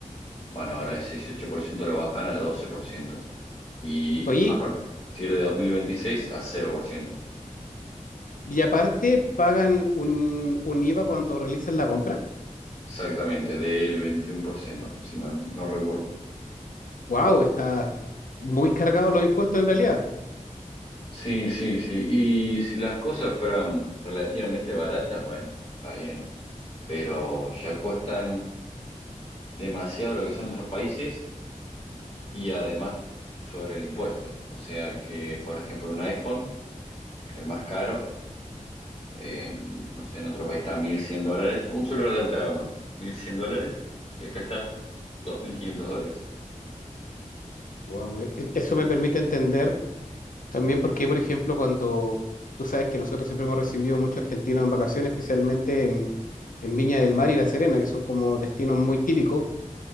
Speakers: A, on the left (about 50°); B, on the left (about 85°).
A: Bueno, ahora ese 18% lo bajan a 12%. Y
B: Oye,
A: a partir de 2026 a 0%.
B: y aparte pagan un, un IVA cuando realizan la compra.
A: Exactamente, del 21%, si mal no recuerdo.
B: Wow, está muy cargado los impuestos en realidad.
A: Sí, sí, sí. Y si las cosas fueran relativamente baratas, bueno, está bien. Pero ya cuestan demasiado lo que son otros países y además sobre el impuesto. O sea que, por ejemplo, un iPhone, el más caro, eh, no sé, en otro país está 1.100 dólares, un celular de alta gama, 1.100 dólares, y acá está 2.500 dólares.
B: Wow, eso me permite entender también por qué, por ejemplo, cuando tú sabes que nosotros siempre hemos recibido muchos argentinos en vacaciones, especialmente en, en Viña del Mar y La Serena, que son como destinos muy típicos,